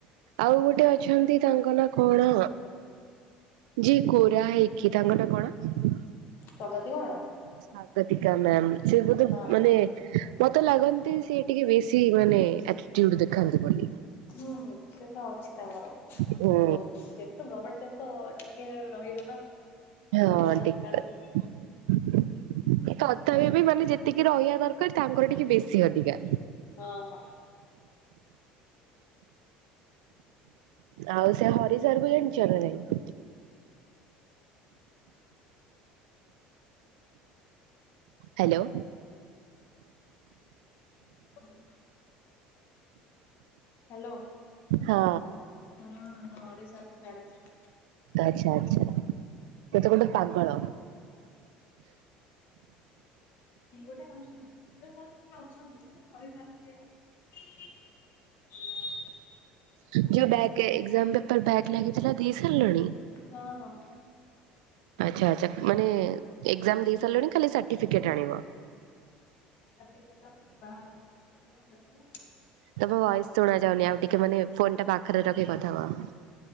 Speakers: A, on the right (about 80°); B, on the left (about 60°).
A: ଆଉ ଗୋଟେ ଅଛନ୍ତି ତାଙ୍କ ନାଁ କଣ ଯିଏ ଗୋରା ହେଇକି ତାଙ୍କ ନାଁ କଣ?
B: ସ୍ଵାଗତିକା ମ୍ୟାଡ଼ାମ୍।
A: ସ୍ଵଗତିକା ମ୍ୟାମ୍ ସେ ବୋଧେ
B: ନା
A: ମାନେ-ଏ-ଏ ମତେ ଲାଗନ୍ତି ସିଏ ଟିକେ ବେଶୀ ମାନେ ଆଟିଟିୟୁଡ଼ ଦେଖାନ୍ତି ବୋଲି।
B: ହୁଁ ହୁଁ ସେ ତ ଅଛି ତାଙ୍କର ଟିକେ
A: ହୁଁ।
B: ରହୁଚି ଯେ ତ ଗଭର୍ଣମେଣ୍ଟ <unintelligible> କେ-ଏ-ଏ ରହିବ ନା।
A: ହଁ-ଅ-ଅ
B: ରହିବା ଦରକାର
A: ଠିକ କଥା।
B: ବି
A: ତଥାପି ବି ମାନେ ଯେତିକି ରହିବା ଦରକାର ତାଙ୍କର ଟିକେ ବେଶୀ ଅଧିକା।
B: ହଁ, ହଁ।
A: ଆଉ ସେ ହରିସାର୍ କୁ ଜାଣିଛ ନା ନାହିଁ? Hello,
B: hello, hello.
A: ହଁ
B: ହଁ ହରି ସାର କୁ ମୁଁ ଜାଣିଛି।
A: ଆଛା ଆଛା ସେତ ଗୋଟେ ପାଗଳ।
B: ସିଏ ଗୋଟେ ଆଉ ସୂର୍ଯ୍ୟ ସୂର୍ଯ୍ୟ ସାର୍ ଟିକେ ଅଛନ୍ତି କିନ୍ତୁ ହରି ସାର୍ ଟିକେ ହ
A: ଯୋଉ ବ୍ୟାକେ ଏଜାମ ରେ ତୋର ବ୍ୟାକ୍ ଲାଗିଥିଲା ଦେଇ ସାରିଲାଣି?
B: ହଁ ହଁ।
A: ଆଛା ଆଛା ମାନେ ଏକ୍ଜାମ୍ ଦେଇ ସାରିଲଣି ଖାଲି ସାଟିଫିକେଟ୍ ଆଣିବ।
B: ସାଟିଫିକେଟ୍ ଟା ପୁଣି ବାହା <unintelligible>
A: ତମ ଭଏସ ଶୁଣା ଯାଉନି ଆଉ ଟିକେ ମାନେ ଫୋନ ଟା ପାଖରେ ରଖିକି କଥା କୁହ।